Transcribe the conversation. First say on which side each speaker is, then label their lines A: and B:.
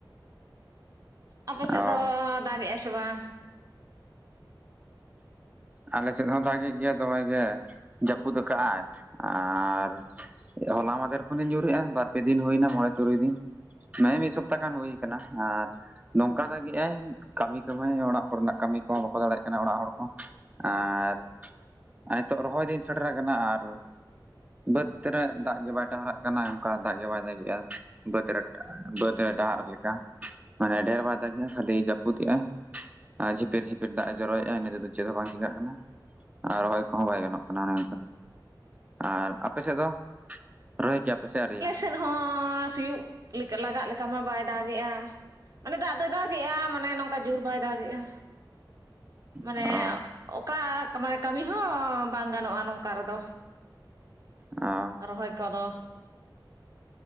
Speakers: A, on the right (about 45°); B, on the right (about 20°).
A: ᱟᱯᱮ ᱥᱮᱫ
B: ᱚ
A: ᱫᱚ ᱫᱟᱜ ᱮᱟᱭ ᱥᱮ ᱵᱟᱝ
B: ᱟᱞᱮ ᱥᱮᱫ ᱦᱚᱸ ᱫᱟᱜ ᱜᱮᱫ ᱜᱮᱭᱟ ᱫᱚᱢᱮ ᱜᱮ ᱡᱟᱹᱯᱩᱫ ᱟᱠᱟᱫ ᱟᱭ ᱟᱨ ᱦᱚᱞᱟ ᱢᱟᱫᱷᱮᱨ ᱠᱷᱚᱱᱤᱧ ᱧᱩᱨᱮᱜᱼᱟ ᱵᱟᱨᱯᱮ ᱫᱤᱱ ᱦᱩᱭᱱᱟ ᱢᱚᱬᱮ ᱛᱩᱨᱩᱭ ᱫᱤᱱ ᱢᱮ ᱢᱤᱫ ᱥᱚᱯᱛᱟᱦᱚ ᱜᱟᱱ ᱦᱩᱭ ᱟᱠᱟᱱᱟ ᱟᱨ ᱱᱚᱝᱠᱟ ᱫᱟᱜ ᱮᱼᱟᱭ ᱠᱟᱹᱢᱤ ᱫᱚᱢᱮ ᱚᱲᱟᱜ ᱠᱚᱨᱮᱱᱟᱜ ᱠᱟᱹᱢᱤ ᱠᱚᱦᱚᱸ ᱵᱟᱠᱚ ᱫᱟᱲᱮᱭᱟᱜ ᱠᱟᱱᱟ ᱚᱲᱟᱜ ᱦᱚᱲ ᱠᱚ ᱟᱨ ᱱᱤᱛᱚᱜ ᱨᱚᱦᱚᱭ ᱫᱤᱱ ᱥᱮᱴᱮᱨ ᱟᱠᱟᱱᱟ ᱟᱨ ᱵᱟᱹᱫᱽᱨᱮ ᱫᱟᱜ ᱜᱮ ᱵᱟᱭ ᱴᱟᱦᱟᱨᱟᱜ ᱠᱟᱱᱟ ᱚᱱᱠᱟ ᱫᱟᱜ ᱜᱮ ᱵᱟᱭ ᱫᱟᱜᱤᱜᱼᱟ ᱵᱚᱛ ᱨᱴ ᱵᱚᱛᱤᱨᱴ <unintelligible> ᱦᱟᱨᱞᱤ ᱞᱮᱠᱟ ᱢᱟᱱᱮ ᱰᱷᱮᱨ ᱵᱟᱭ ᱫᱟᱜᱮᱭᱟ ᱠᱷᱟᱹᱞᱤ ᱡᱟᱹᱯᱩᱫ ᱮᱜᱼᱟ ᱟᱨ ᱡᱷᱤᱯᱤᱨ ᱡᱷᱤᱯᱤᱨ ᱫᱟᱜ ᱮ ᱡᱚᱨᱚ ᱴᱟᱭᱤᱢ ᱛᱮᱫᱚ ᱪᱮᱫ ᱦᱚᱸ ᱵᱟᱝ ᱪᱤᱠᱟᱹᱜ ᱠᱟᱱᱟ ᱟᱨ ᱨᱚᱦᱚᱭ ᱠᱚᱦᱚᱸ ᱵᱟᱭ ᱜᱟᱱᱚᱜ ᱠᱟᱱᱟ ᱟᱨ ᱟᱯᱮ ᱥᱮᱫ ᱫᱚ ᱨᱚᱦᱚᱭ ᱠᱮᱭᱟᱯ ᱯᱮᱥᱮ ᱟᱹᱣᱨᱤᱭᱟ
A: ᱟᱞᱮ ᱥᱮᱫ ᱦᱚᱸ ᱥᱤᱭᱩᱜ ᱞᱮᱠᱟ ᱞᱟᱜᱟᱜ ᱞᱮᱠᱟ ᱢᱟ ᱵᱟᱭ ᱫᱟᱜ ᱮᱜᱼᱟ ᱢᱟᱱᱮ ᱫᱟᱜ ᱫᱚᱭ ᱫᱟᱜ ᱮᱜᱼᱟ ᱢᱟᱱᱮ ᱱᱚᱝᱠᱟ ᱡᱩᱨ ᱵᱟᱭ ᱫᱟᱜᱮᱜᱼᱟ ᱢᱟᱱᱮ
B: ᱚ
A: ᱚᱠᱟ ᱠᱟᱹᱢᱤ ᱦᱚᱸ ᱵᱟᱝ ᱜᱟᱱᱚᱜᱼᱟ ᱱᱚᱝᱠᱟ ᱨᱮᱫᱚ
B: ᱚᱸ
A: ᱨᱚᱦᱚᱭ ᱠᱚᱫᱚ